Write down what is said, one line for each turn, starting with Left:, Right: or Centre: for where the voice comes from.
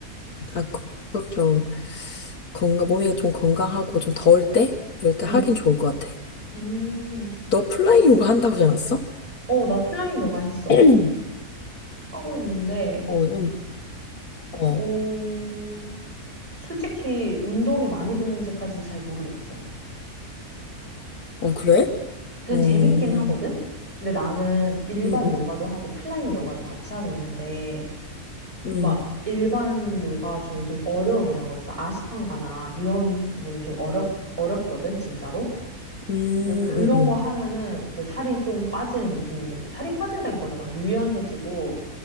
Left: 아, 그, 그좀 건강, 몸이 좀 건강하고 좀 더울 때? 이럴 때
Right: 응.
Left: 하긴 좋을 것 같아.
Right: 음.
Left: 너 플라잉 요가 한다고 하지 않았어?
Right: 어, 나 플라잉 요가 했어.
Left: <clears throat>
Right: 하고 있는데,
Left: 어, 좀, 어,
Right: 어, 솔직히 운동이 많이 되는지까진 잘 모르겠어.
Left: 어, 그래?
Right: 그냥
Left: 어, 음,
Right: 재밌긴 하거든? 근데 나는 일반
Left: 음,
Right: 요가도 하고 플라잉 요가도 같이 하고 있는데,
Left: 음,
Right: 막 일반 요가 중에 좀 어려운 이런 거 있어. 아시탄가나 이런 부분은 좀 어렵, 어렵거든, 진짜로.
Left: 음,
Right: 이제 그런
Left: 음,
Right: 거 하면은 이제 살이 좀 빠지는 느낌이, 살이 빠진다기보다 막 유연해지고,